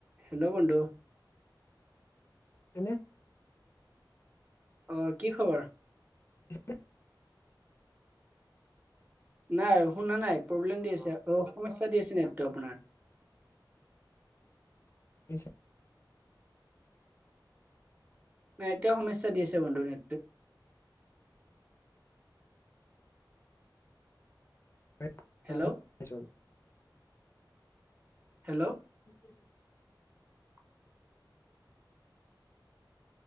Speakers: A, on the right; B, on the left.
A: Hello বন্ধু!
B: এনেই
A: অ কি খবৰ?
B: <unintelligible>
A: নাই শুনা নাই প্ৰব্লেম দি আছে অ সমস্যা দি আছে নেটটো আপোনাৰ
B: দিছে।
A: এতিয়া সমস্যা দি আছে বোলো <inaudible>
B: <unintelligible>
A: হেল্ল' হেল্ল'
B: <unintelligible>
A: <inaudible>